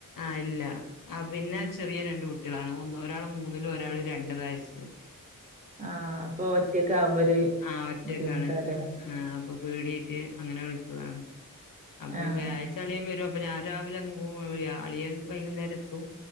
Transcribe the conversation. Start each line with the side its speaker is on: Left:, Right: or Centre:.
Left: ആഹ് ഇല്ല. ആഹ് പിന്നെ ചെറിയ രണ്ട് കുട്ടികളാണ്, ഒന്ന്‌ ഒരാള് മൂന്നിലും ഒരാള് രണ്ട് വയസും.
Right: ആഹ് അപ്പോ ഒറ്റക്കാമ്പോ ഒര്
Left: ആഹ് ഒറ്റക്കാണ്
Right: ബുദ്ധിമുട്ടാല്ലേ.
Left: ആഹ് അപ്പ പേടിയായിട്ട് അങ്ങനെ വിളിച്ചതാണ്. അപ്പം
Right: ആഹ്
Left: വ്യാഴാഴ്ച അളിയൻ വെരും, അപ്പ ഞാൻ രാവിലെ അങ്ങ് പോവും, അളിയൻ വൈകുന്നേരത്തും.